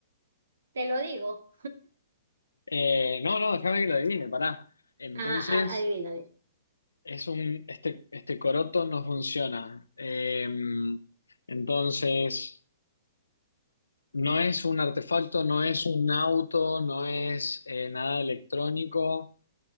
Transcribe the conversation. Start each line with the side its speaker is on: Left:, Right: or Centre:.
Right: te lo digo,
Left: Eh, no, no, déjame que lo adivine, pará. Entonces,
Right: Ajá, a- adivina.
Left: es un, este, este coroto no funciona. Eh, entonces, no es un artefacto, no es un auto, no es eh, nada electrónico.